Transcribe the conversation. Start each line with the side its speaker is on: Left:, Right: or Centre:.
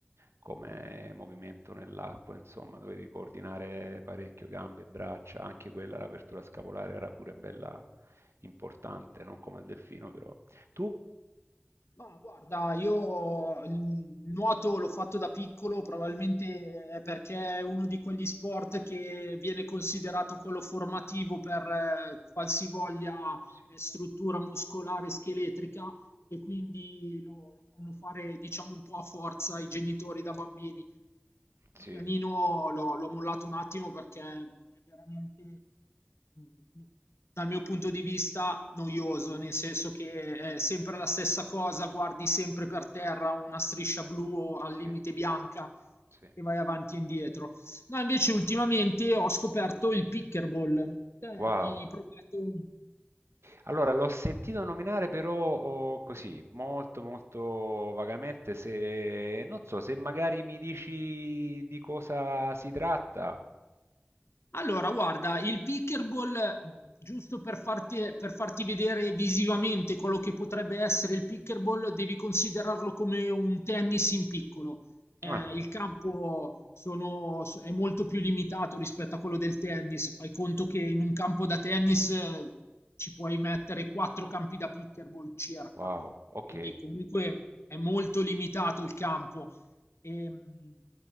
Right: come movimento nell'acqua, insomma, dovevi coordinare parecchio gambe e braccia, anche quella, l'apertura scapolare era pure bella importante, non come il delfino, però. Tu?
Left: Ma guarda, io il nuoto l'ho fatto da piccolo, probabilmente è perché è uno di quegli sport che viene considerato quello formativo per eh, qualsivoglia
Right: Sì,
Left: eh, struttura muscolare e scheletrica e quindi lo, lo fanno fare, diciamo, un po' a forza i genitori da bambini.
Right: sì,
Left: Il pianino l'ho l'ho mollato un attimo perché è veramente, mhmm, dal mio punto di vista, noioso, nel senso che è
Right: sì,
Left: sempre la stessa cosa, guardi sempre per terra una striscia blu o al
Right: sì,
Left: limite bianca
Right: sì.
Left: e vai avanti e indietro. No, invece ultimamente ho scoperto il pickleball. Te hai
Right: Wow.
Left: mai provato
Right: Allora, l'ho sentito nominare però oh, così, molto molto vagamente, se non so, se magari mi dici di cosa si tratta.
Left: Allora, guarda, il pickleball, giusto per farti, per farti vedere visivamente quello che potrebbe essere il pickleball, devi considerarlo come un tennis in piccolo. Eh,
Right: Ah,
Left: il campo sono- so, è molto più limitato rispetto a quello del tennis. Fai conto che in un campo da tennis eh, ci puoi mettere quattro campi da pickleball circa,
Right: wow, ok.
Left: quindi comunque è molto limitato il campo. Ehm,